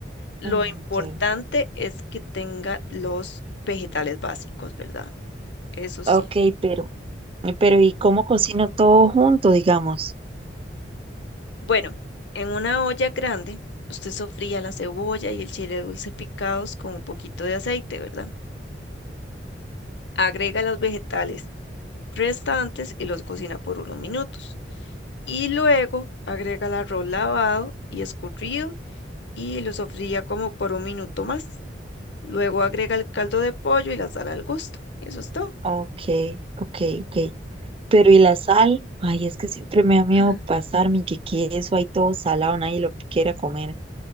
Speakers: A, on the left (about 70°); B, on the right (about 30°).
A: Lo
B: Mm,
A: importante
B: ok,
A: es que tenga los vegetales básicos, ¿verdad? Eso sí.
B: ok, pero... Eh, Pero ¿y cómo cocino todo junto, digamos?
A: Bueno, en una olla grande, usted sofría la cebolla y el chile dulce picados con un poquito de aceite, ¿verdad? Agrega los vegetales restantes y los cocina por unos minutos. Y luego agrega el arroz lavado y escurrido y lo sofría como por un minuto más. Luego agrega el caldo de pollo y la sal al gusto. Eso es todo.
B: Ok, ok, ok. Pero ¿y la sal? Ay, es que siempre me da miedo
A: <laughs>
B: pasarme que que eso hay todo salado, nadie lo quiera comer.